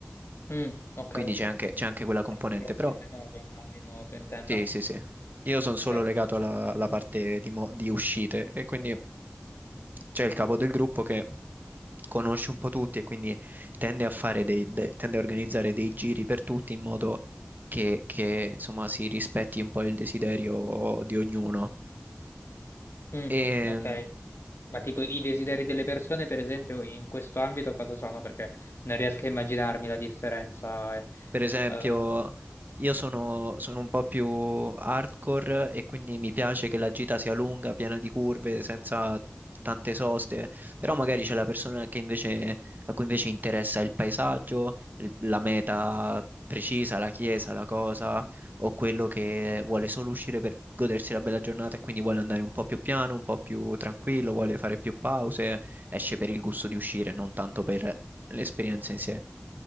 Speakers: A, on the left; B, on the right.
A: Mm, ok.
B: quindi c'è anche, c'è anche quella
A: Sempre
B: componente,
A: grazie
B: però
A: al remoto, immagino tu intenda.
B: sì, sì, sì. Io sono
A: Ok,
B: solo legato alla, alla parte di, mo- di uscite e quindi... c'è il capo del gruppo che conosce un po' tutti e quindi tende a fare dei, de- tende a organizzare dei giri per tutti in modo che, che, insomma si rispetti un po' il desiderio di ognuno.
A: Mm,
B: E,
A: ok. Ma tipo i desideri delle persone, per esempio, in questo ambito cosa sono? Perché non riesco a immaginarmi la differenza. eh.
B: Per esempio,
A: Eh,
B: io sono, sono un po' più hardcore e quindi mi piace che la gita sia lunga, piena di curve, senza tante soste, però magari c'è la persona che invece, a cui invece interessa il paesaggio, il- la meta precisa, la chiesa, la cosa, o quello che vuole solo uscire per godersi la bella giornata e quindi vuole andare un po' più piano, un po' più tranquillo, vuole fare più pause, esce per il gusto di uscire, non tanto per l'esperienza in sé.